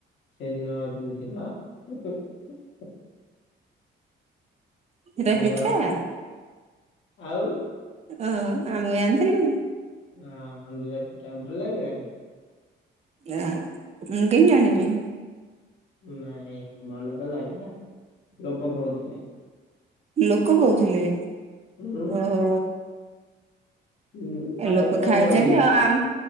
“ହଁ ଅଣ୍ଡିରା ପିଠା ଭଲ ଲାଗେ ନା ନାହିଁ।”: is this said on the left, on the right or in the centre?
Left